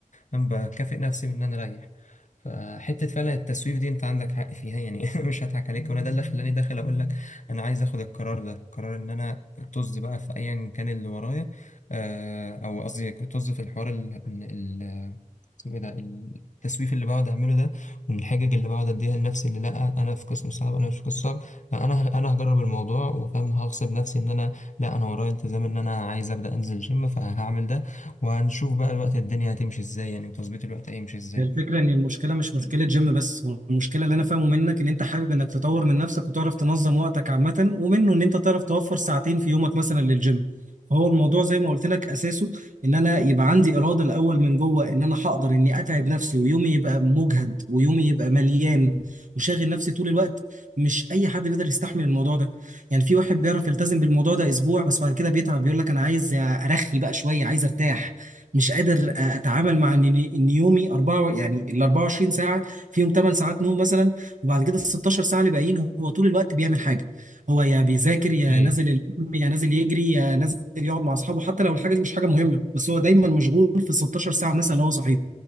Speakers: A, on the left; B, on the right.
A: بكافئ نفسي بان انا اريح فحته فعلا التسويف دي انت عندك حق فيها يعني <laughs> مش هضحك عليك وانا ده اللي خلاني داخل اقول لك انا عايز اخد القرار ده قرار ان انا طز بقى في ايا كان اللي ورايا آه، او قصدي طز في الحوار ال ال- اسمه ايه ده التسويف اللي بقعد اعمله ده والحجج اللي بقعد اديها لنفسي اللي لا انا في قسم صعب انا مش في قسم صعب انا انا هجرب الموضوع وفاهم هغصب نفسي ان انا لا انا ورايا التزام ان انا عايز ابدا انزل جيم فهعمل ده وهنشوف بقى الوقت الدنيا هتمشي ازاي يعني وتظبيط الوقت هيمشي ازاي
B: هي الفكرة إن المشكلة مش مشكلة جيم بس هو المشكلة اللي أنا فاهمه منك إن أنت حابب إنك تطور من نفسك وتعرف تنظم وقتك عامة ومنه إن أنت تعرف توفر ساعتين في يومك مثلا للجيم فهو الموضوع زي ما قلت لك أساسه إن أنا يبقى عندي إرادة الأول من جوه إن أنا هقدر إني أتعب نفسي ويومي يبقى مجهد ويومي يبقى مليان وشاغل نفسي طول الوقت مش أي حد بيقدر يستحمل الموضوع ده يعني في واحد بيعرف يلتزم بالموضوع ده أسبوع بس بعد كده بيتعب بيقول لك أنا عايز أرخي بقى شوية عايز أرتاح مش قادر آه، اتعامل مع ان ان يومي 4 يعني ال 24 ساعه فيهم 8 ساعات نوم مثلا وبعد كده ال 16 ساعه اللي باقيين هو طول الوقت بيعمل حاجه هو يا بيذاكر يا
A: اكيد
B: نازل الجيم يا نازل يجري يا نازل يقعد مع اصحابه حتى لو الحاجه دي مش حاجه مهمه بس هو دايما مشغول في ال 16 ساعه مثلا اللي هو صحيح